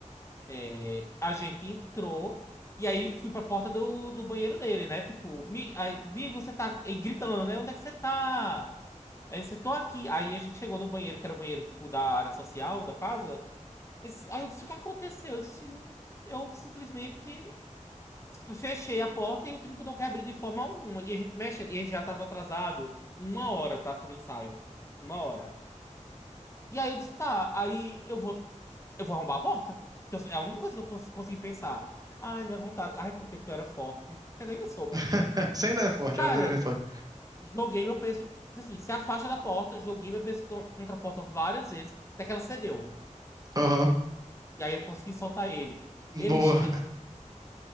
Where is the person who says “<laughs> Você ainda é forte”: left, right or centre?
Right